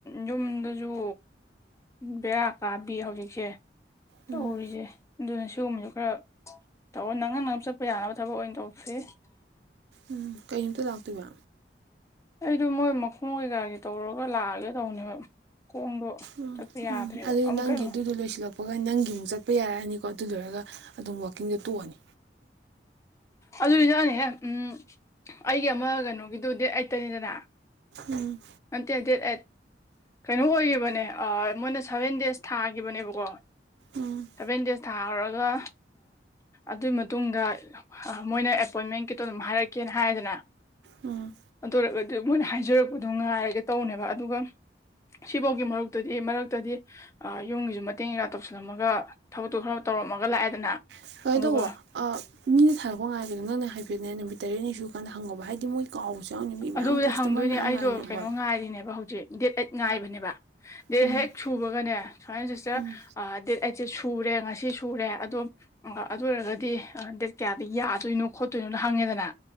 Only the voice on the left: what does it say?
ꯌꯨꯝꯗꯁꯨ ꯕꯦꯔꯥ ꯀꯥꯕꯤ ꯍꯧꯖꯤꯛꯁꯦ ꯇꯧꯔꯤꯁꯦ
ꯑꯗꯨꯅ ꯁꯤꯒꯨꯝꯕꯁꯨ ꯈꯔ ꯇꯧꯔ ꯅꯪꯅ ꯅꯪꯅ ꯆꯠꯄ ꯌꯥꯅꯕ ꯊꯕꯛ ꯑꯣꯏꯅ ꯇꯧꯁꯦ
ꯑꯩꯗꯣ ꯃꯣꯏ ꯃꯈꯣꯡ ꯀꯩꯀꯥꯒꯤ ꯇꯧꯔꯒ ꯂꯥꯛꯑꯒꯦ ꯇꯧꯅꯦꯕ ꯈꯣꯡꯗꯣ
ꯆꯠꯄ ꯌꯥꯗ꯭ꯔꯦꯕ
ꯑꯃꯨꯛ
ꯀꯩꯅꯣ
ꯑꯗꯨꯗꯤ ꯅꯦꯅ ꯍꯦꯛ ꯎꯝ ꯑꯩꯒꯤ ꯑꯃ ꯀꯩꯅꯣꯒꯤꯗꯨ ꯗꯦꯠ ꯑꯩꯠꯇꯅꯤꯗꯅ
ꯅꯠꯇꯦ ꯗꯦꯠ ꯑꯩꯠ ꯀꯩꯅꯣ ꯑꯣꯏꯈꯤꯕꯅꯦ ꯑ ꯃꯣꯏꯅ ꯁꯚꯦꯟ ꯗꯦꯖ ꯊꯥꯒꯤꯈꯤꯕꯅꯦꯕꯀꯣ
ꯁꯚꯦꯟ ꯗꯦꯖ ꯊꯥꯔꯨꯔꯒ ꯑꯗꯨꯏ ꯃꯇꯨꯡꯗ ꯑ ꯃꯣꯏꯅ ꯑꯦꯄꯣꯏꯟꯃꯦꯟ ꯀꯤꯇꯣ ꯑꯗꯨꯝ ꯍꯥꯏꯔꯛꯀꯦꯅ ꯍꯥꯏꯗꯅ
ꯑꯗꯨ ꯑꯣꯏꯔꯒꯗꯤ ꯃꯣꯏꯅ ꯍꯥꯏꯖꯔꯛꯄꯗꯣ ꯉꯥꯏꯔꯒꯦ ꯇꯧꯅꯦꯕ ꯑꯗꯨꯒ ꯁꯤꯕꯧꯒꯤ ꯃꯔꯨꯛꯇꯗꯤ ꯃꯔꯛꯇꯗꯤ ꯑꯥ ꯌꯨꯝꯒꯤꯁꯨ ꯃꯇꯦꯡ ꯀꯩꯀꯥ ꯇꯧꯁꯜꯂꯝꯃꯒ ꯊꯕꯛꯇꯨ ꯈꯔ ꯇꯧꯔꯝꯃꯒ ꯂꯥꯛꯑꯦꯗꯅ
ꯑꯗꯨꯒ
ꯑꯗꯨꯕꯨꯗꯤ
ꯍꯪꯗꯣꯏꯅꯦ
ꯑꯩꯗꯣ
ꯀꯩꯅꯣ
ꯉꯥꯏꯔꯤꯅꯦꯕ ꯍꯧꯖꯤꯛ ꯗꯦꯠ ꯑꯩꯠ ꯉꯥꯏꯕꯅꯦꯕ ꯗꯦꯠ
ꯍꯦꯛ ꯁꯨꯕꯒꯅꯦ ꯁꯨꯃꯥꯏꯅ ꯖꯤꯁꯇꯔ
ꯗꯦꯠ ꯑꯩꯠꯁꯦ ꯁꯨꯔꯦ ꯉꯁꯤ ꯁꯨꯔꯦ ꯑꯗꯣ ꯑꯗꯨ ꯑꯣꯏꯔꯒꯗꯤ ꯗꯦꯠ ꯀꯌꯥꯗ ꯌꯥꯗꯣꯏꯅꯣ ꯈꯣꯠꯇꯣꯏꯅꯣ ꯍꯪꯉꯦꯗꯅ